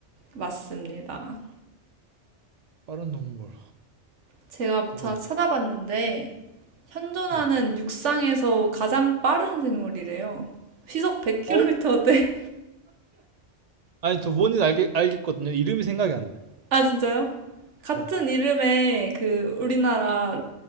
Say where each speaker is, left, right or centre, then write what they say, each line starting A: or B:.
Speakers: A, on the right; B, on the right.
A: 맞습니다.
B: 빠른 동물.
A: 제가
B: 뭐가
A: 자
B: 있...
A: 찾아봤는데 현존하는
B: 네.
A: 육상에서 가장 빠른 생물이래요. 시속 100km대.
B: 어? 아니, 저 뭔지 알겠, 알겠거든요. 이름이 생각이 안 나요.
A: <laughs> 아, 진짜요? 같은
B: 네.
A: 이름의 그 우리나라